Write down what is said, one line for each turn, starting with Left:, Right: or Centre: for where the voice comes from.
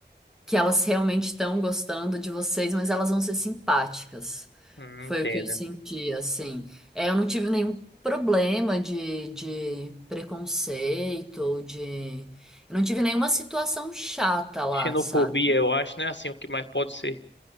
Centre: que elas realmente estão gostando de vocês, mas elas vão ser simpáticas.
Left: Hum,
Centre: Foi
Left: entendo.
Centre: o que eu senti, assim. É, eu não tive nenhum problema de, de preconceito ou de. Eu não tive nenhuma situação chata lá,
Left: Xenofobia,
Centre: sabe?
Left: eu acho, né? Assim, o que mais pode ser.